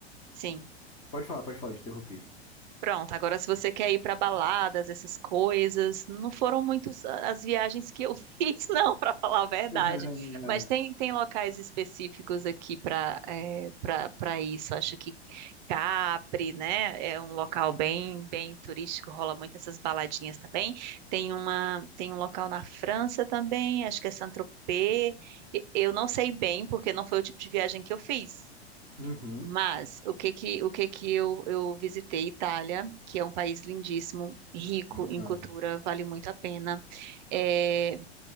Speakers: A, on the right; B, on the left.
A: Sim.
B: Pode falar, pode falar, te interrompi.
A: Pronto, agora se você quer ir para baladas, essas coisas, não foram muitas as viagens que eu <laughs> fiz, não, para falar a verdade.
B: <laughs>
A: Mas tem, tem locais específicos aqui para para para isso. Acho que Capri, né, é um local bem bem turístico, rola muito essas baladinhas também. Tem uma tem um local na França também, acho que é Saint-Tropez. E- Eu não sei bem, porque não foi o tipo de viagem que eu fiz.
B: Uhum,
A: Mas o que que, o que que eu, eu visitei Itália, que é um país lindíssimo, rico
B: bacana.
A: em cultura, vale muito a pena. É,